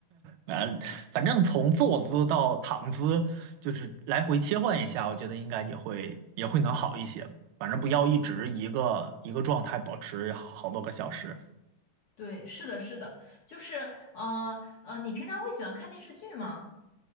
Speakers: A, on the right; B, on the left.
A: 嗯，反正从坐姿到躺姿，就是来回切换一下，我觉得应该也会也会能好一些。反正不要一直一个一个状态保持好多个小时。
B: 对，是的，是的，就是呃呃，你平常会喜欢看电视剧吗？